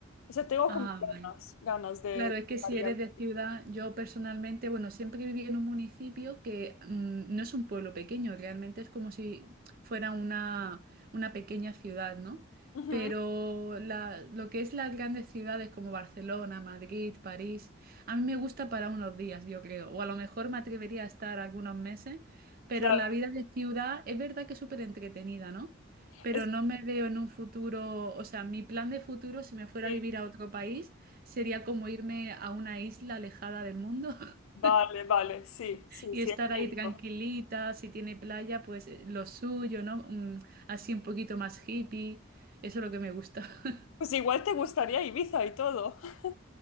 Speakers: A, on the left; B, on the right.
A: O sea, tengo
B: Ah,
A: como ganas,
B: vale.
A: ganas de,
B: Claro, es que si
A: de ir
B: eres
A: a vivir.
B: de ciudad, yo personalmente, bueno, siempre viví en un municipio que mm, no es un pueblo pequeño, realmente es como si fuera una, una pequeña ciudad, ¿no?
A: Ujú,
B: Pero la- lo que es las grandes ciudades como Barcelona, Madrid, París, a mí me gusta para unos días, yo creo, o a lo mejor me atrevería a estar algunos meses, pero
A: claro,
B: la vida de ciudad es verdad que es súper entretenida, ¿no? Pero
A: es
B: no me veo en un futuro, o sea, mi plan de futuro, si me fuera
A: sí,
B: a vivir a otro país, Sería como irme a una isla alejada del mundo <laughs>
A: vale, vale, sí, sí,
B: y
A: sí,
B: estar
A: es
B: ahí
A: cierto.
B: tranquilita, si tiene playa, pues eh, lo suyo, ¿no? Mm, así un poquito más hippie, eso es lo que me gusta. <laughs>
A: Pues igual te gustaría Ibiza y todo. <laughs>